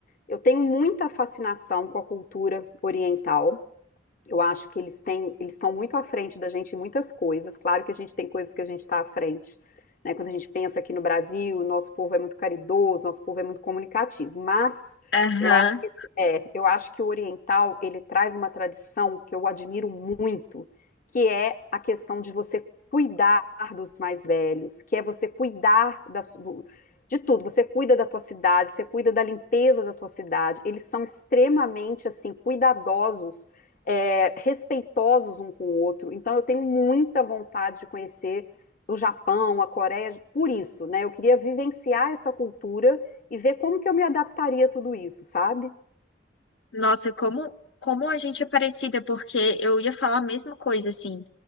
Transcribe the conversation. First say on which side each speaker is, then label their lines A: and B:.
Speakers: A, on the left; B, on the left.
A: Eu tenho muita fascinação com a cultura oriental. Eu acho que eles têm, eles estão muito à frente da gente em muitas coisas. Claro que a gente tem coisas que a gente está à frente, né? Quando a gente pensa aqui no Brasil, nosso povo é muito caridoso, nosso povo é muito comunicativo. Mas
B: Aham.
A: eu acho que esse- é, eu acho que o oriental ele traz uma tradição que eu admiro muito, que é a questão de você cuidar dos mais velhos, que é você cuidar da su- do- de tudo. Você cuida da tua cidade, você cuida da limpeza da tua cidade. Eles são extremamente assim cuidadosos é, respeitosos um com o outro. Então, eu tenho muita vontade de conhecer o Japão, a Coreia, por isso, né? Eu queria vivenciar essa cultura e ver como que eu me adaptaria a tudo isso, sabe?
B: Nossa, como, como a gente é parecida, porque eu ia falar a mesma coisa, assim.